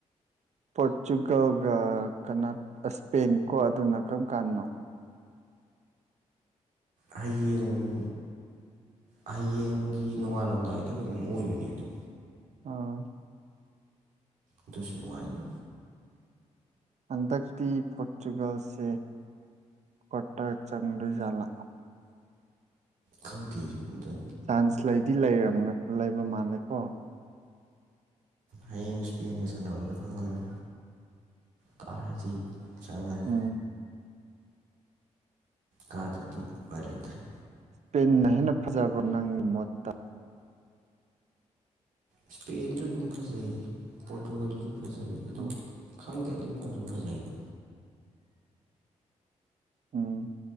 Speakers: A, on the right; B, on the right.
A: ꯄꯣꯔꯇꯨꯒꯜꯒ ꯀꯅꯥ ꯏꯁꯄꯦꯟꯀꯣ ꯑꯗꯨꯅ ꯀꯔꯝ ꯀꯥꯟꯗꯅꯣ
B: ꯍꯌꯦꯡ ꯍꯌꯦꯡꯒꯤ ꯅꯣꯡꯉꯥꯜꯂꯝꯗꯥꯏꯗ ꯀꯩꯅꯣꯝ ꯑꯣꯏꯕꯅꯦ ꯑꯗꯣ
A: ꯑꯥ
B: ꯑꯗꯨꯁꯨ ꯅꯨꯡꯉꯥꯏꯅꯤ
A: ꯍꯟꯗꯛꯇꯤ ꯄꯣꯔꯇꯨꯒꯜꯁꯦ ꯀ꯭ꯋꯥꯇꯔ ꯆꯪꯗꯣꯏꯖꯥꯠꯂ
B: ꯈꯪꯗꯦ ꯑꯗꯨꯗꯤ
A: ꯆꯥꯟꯁ ꯂꯩꯗꯤ ꯂꯩꯔꯝ ꯂꯩꯕ ꯃꯥꯜꯂꯦꯀꯣ
B: ꯍꯌꯦꯡ ꯏꯁꯄꯦꯟꯒ ꯁꯥꯟꯅꯕꯗ ꯈꯪꯒꯅꯤ ꯀꯥꯔꯗꯤ ꯆꯪꯉꯅꯤ
A: ꯎꯝ
B: ꯀꯥꯗ꯭ꯔꯗꯤ ꯎꯄꯥꯏ ꯂꯩꯇꯔꯦ
A: ꯏꯁꯄꯦꯟꯅ ꯍꯦꯟꯅ ꯐꯖꯕꯔ ꯅꯪꯒꯤ ꯃꯣꯠꯇ
B: ꯏꯁꯄꯦꯟꯁꯨ ꯑꯗꯨꯝ ꯐꯖꯩ ꯄꯣꯔꯇꯨꯒꯜꯁꯨ ꯐꯖꯩ ꯑꯗꯣ
A: ꯎꯝ
B: ꯈꯪꯗꯦ ꯑꯗꯨꯝ ꯑꯗꯨꯝ ꯐꯖꯩꯗ
A: ꯎꯝ